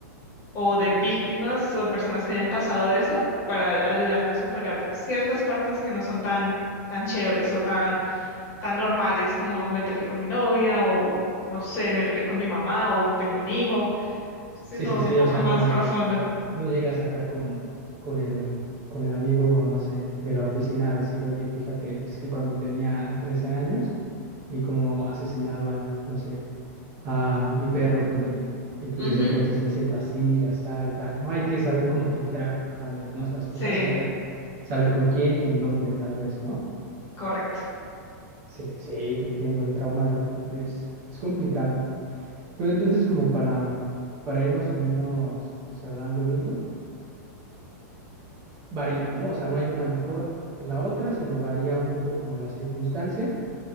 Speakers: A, on the left (about 30°); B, on the right (about 30°).
A: o de víctimas o de personas que hayan pasado eso para ayudarte a superar ciertas partes que no son tan, tan chéveres o tan, tan normales como me peleé con mi novia o no sé, me peleé con mi mamá o tengo un hijo, sino
B: Sí, sí, sí.
A: un poco
B: O sea,
A: más
B: no.
A: profundo.
B: no llegas acá con, con el, con el amigo, no sé, de la oficina a decirle, oye, fíjate, pues es que cuando tenía 13 años y como asesinaban, no sé, a mi perro frente a mí. Y pues
A: Ujú,
B: desde entonces me siento así, ya está y tal. No hay que saber cómo filtrar, tal vez, ¿no? Estas cosas,
A: Sí,
B: saber, saber con quién y en dónde, tal vez, ¿no?
A: correcto,
B: Sí, sí, te entiendo, el trauma de repente es, es complicado. Pero entonces, como para, para ir más o menos cerrando el hilo, varía, ¿no? O sea, no hay una mejor que la otra, sino varía un poco como la circunstancia